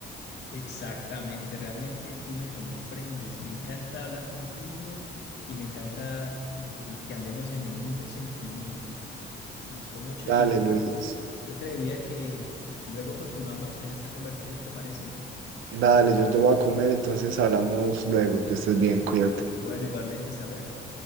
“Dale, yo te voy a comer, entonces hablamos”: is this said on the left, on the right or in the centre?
Right